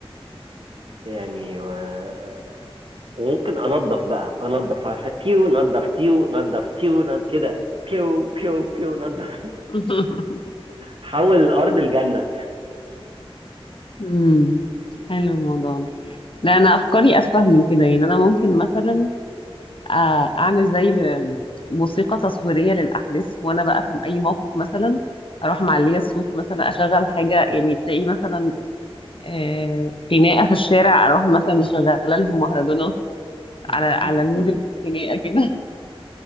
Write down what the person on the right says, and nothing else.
يعني آه، وممكن انضف بقى انضف عارفه تيو نضف تيو نضف تيو نضف كده بيو بيو بيو نضف <laughs>
حول الارض الجنه
<laughs>